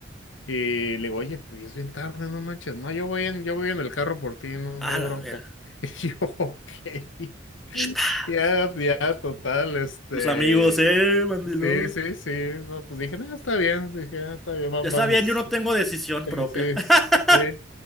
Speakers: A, on the left; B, in the centre.
A: Y le digo, oye, pero ya es bien tarde, no manches. No, yo voy en, yo voy en el carro por ti, no,
B: A
A: no hay
B: la
A: bronca.
B: verga.
A: <laughs> Y yo, ok. <laughs>
B: <sniffs>
A: Ya, ya, total, este.
B: Tus amigos, eh, mandilón.
A: Sí, sí, sí. No, pues dije, no, está bien. Dije, "Ah, está bien, vam-
B: Ya está
A: vamos.
B: bien, yo no tengo decisión
A: Sí,
B: propia.
A: sí,
B: <laughs>
A: sí.